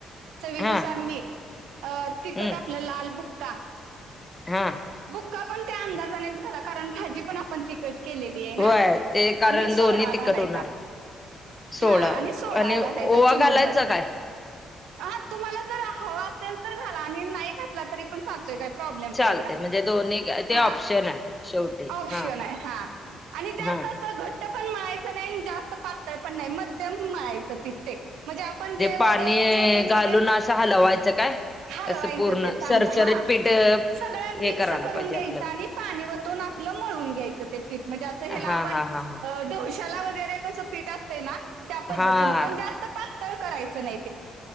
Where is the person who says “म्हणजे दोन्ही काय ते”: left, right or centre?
Left